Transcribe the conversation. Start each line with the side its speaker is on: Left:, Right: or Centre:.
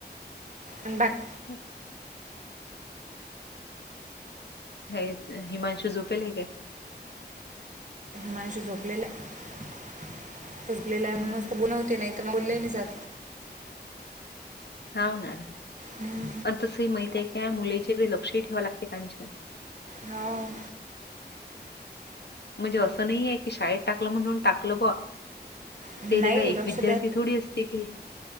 Right: आणि बाकी
Left: ह हे हिमांशू झोपेल आहे काय
Right: माणस झोपलेला आहे झोपलेला आहे
Left: हाव
Right: म्हणून
Left: ना
Right: बोलण होते नाही तर मग बोलले नाही जात
Left: हाव ना
Right: हं,
Left: प तसंही माहित आहे का मुलीच्याकडे लक्षही ठेवाव लागते काच
Right: हा
Left: म्हणजे असं नाही आहे की शाळेत टाकलं म्हणून टाकलं ब
Right: नाही
Left: तला काय एक
Right: लक्ष
Left: विद्यार्थी थोडी असते काही